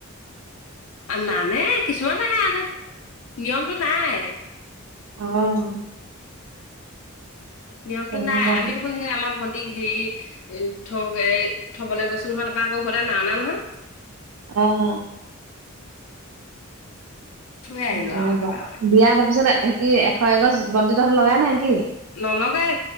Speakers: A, on the left; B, on the right.
A: নানে কিছুমানেহে আনে, নিয়মতটো নাই।
B: অ'।
A: নিয়মতটো
B: তেনেকুৱা
A: নাই আমি দেখোন সেই আমাৰ ভন্টী ক হেৰী থ-থবলৈ গৈছোঁ নহয় তাৰপা আকৌ উভতাই নাই অহা নহয়।
B: অ'।
A: থৈ আহিলো
B: তেনেকুৱা
A: আৰু একেবাৰতে
B: বিয়া তাৰপিচত হে কি এশ এগছ বন্তি তহঁতৰ লগাই নে কি?
A: নলগাই